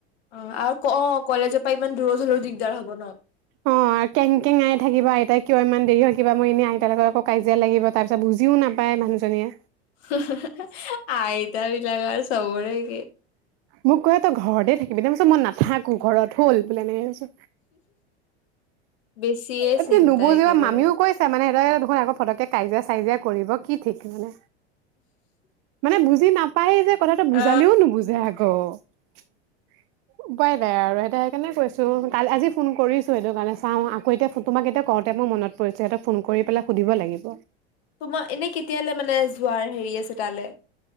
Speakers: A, on the left; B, on the right.
A: অ' আৰু অ' কলেজৰ পৰা ইমান দূৰত হলেও দিগদাৰ হব ন।
B: অ' কেং কেং আই থাকিব আইতাই কিয় ইমান দেৰি হল কিবা মই এনেই আইতাৰ লগত আকৌ কাজিয়া লাগিব তাৰ পিছত বুজিও নাপায় মানুহজনীয়ে।
A: হু হু হু আইতাবিলাক আৰু চবৰে কি ।
B: মোক কৈঁ তই ঘৰতে থাকিবি দে পিছত মই নাথাকো ঘৰত হ'ল বোলে এনেকে কৈছো।
A: বেছিয়ে
B: এ
A: চিন্তা
B: নুবুজিবা
A: একেবাৰে
B: মামিও কৈছে মানে সিহঁ দেখোন আকৌ ফটকে কাজিয়া চাই যা কৰিব কি ঠিক মানে। মানে বুজি নাপায় যে কথাটো
A: অ
B: বুজালেও নুবুজে আক <inaudible> উপায় নাই আৰু সেতে কেনে কৈছোঁ কাল আজি ফোন কৰিছোঁ সেইটো কাৰণে চাওঁ আকৌ এতিয়া তোমাক এতিয়া কওঁতে মোৰ মত পৰিছে সিহঁতক ফোন কৰি পেলাই সুধিব লাগিব।
A: তোমা এনেই কেতিয়ালৈ মানে যোৱাৰ হেৰি আছে তালৈ।